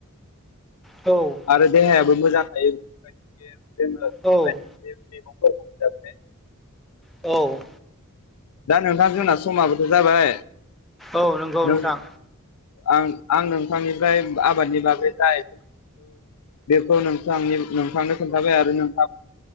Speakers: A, in the centre; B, on the left.
A: औ
B: आरो देहायाबो मोजां थायो बेफोरबायदि जोङो बेफोरबायदि
A: औ
B: मैगंफोरखौ जाबाय
A: औ
B: दा नोंथां जोंना समाबोथ' जाबाय
A: औ नंगौ
B: नों
A: नोंथां
B: आं आं नोंथांनिफ्राय आबादनि बागै जाय बेखौ नोंथांनि नोंथांनो खोन्थाबाय आरो नोंथाङा